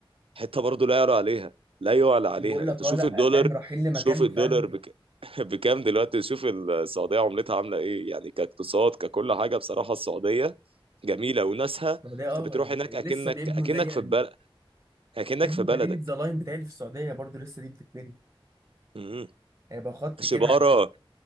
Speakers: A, on the right (about 75°); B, on the right (about 30°).
A: حتة برضو لا يعلى عليها لا يعلى عليها
B: بقول لك
A: انت شوف
B: اه لا
A: الدولار
B: فاهم رايحين لمكان
A: شوف الدولار
B: فعلا
A: بك... <laughs> بكام دلوقتي شوف السعودية عملتها عاملة ايه يعني كاقتصاد ككل حاجة بصراحة السعودية جميلة وناسها
B: السعوديه
A: انت
B: اه
A: بتروح هناك
B: ولسه
A: اكنك
B: بيبنوا
A: اكنك
B: اللي هي
A: في
B: ال-
A: بل... اكنك
B: بيبنوا
A: في بلدك
B: مدينه زلاين بتاعي في السعوديه برضو لسه دي بتتبني
A: مم.
B: هيبقى خط
A: شبارة
B: كده هتبقى